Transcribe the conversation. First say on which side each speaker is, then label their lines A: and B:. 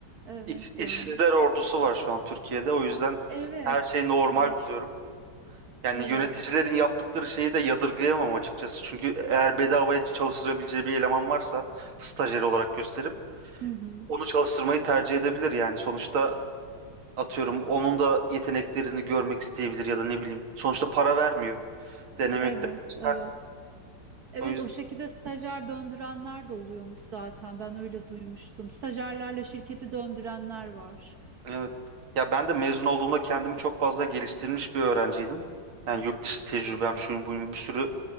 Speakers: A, on the right; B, on the right.
A: evet
B: iş- işsizler
A: yani.
B: ordusu var şu an Türkiye'de. O yüzden
A: Evet.
B: her şeyi normal
A: Evet.
B: buluyorum. Yani
A: Evet.
B: yöneticilerin yaptıkları şeyi de yadırgayamam açıkçası. Çünkü eğer bedavaya çalıştırabileceği bir eleman varsa stajyer olarak gösterip
A: Hı hı.
B: onu çalıştırmayı tercih edebilir yani. Sonuçta atıyorum onun da yeteneklerini görmek isteyebilir ya da ne bileyim. Sonuçta para vermiyor. Denemekten
A: Evet,
B: çıkar.
A: evet. Evet,
B: O
A: o şekilde stajyer döndürenler de oluyormuş zaten. Ben öyle duymuştum. Stajyerlerle şirketi döndürenler var.
B: Evet. Ya ben de mezun olduğumda kendimi çok fazla geliştirmiş bir öğrenciydim. Yani yurt dışı tecrübem, şuyum buyum bir sürü